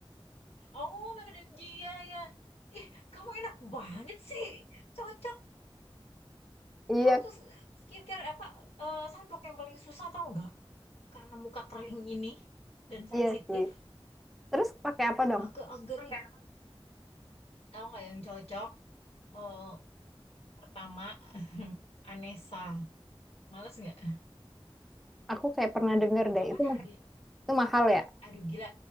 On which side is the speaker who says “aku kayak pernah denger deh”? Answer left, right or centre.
Centre